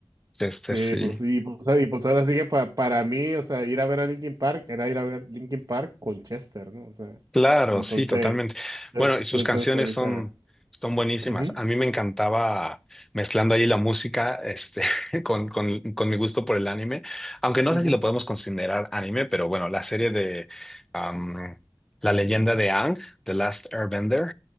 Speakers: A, in the centre; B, on the right.
A: Chester,
B: Sí,
A: sí.
B: pues y pues, y, pues, ahora sí que pa- para mí, o sea, ir a ver a Linkin Park era ir a ver Linkin Park con Chester, ¿no? O sea,
A: Claro,
B: entonces,
A: sí, totalmente.
B: entonces,
A: Bueno, y sus
B: entonces
A: canciones
B: ahorita...
A: son, son buenísimas.
B: ujú,
A: A mí me encantaba mezclando ahí la música, este, <laughs> con, con, con mi gusto por el anime, aunque no
B: ujú,
A: sé si lo podemos considerar anime, pero bueno, la serie de am, La leyenda de Aang, The Last Airbender,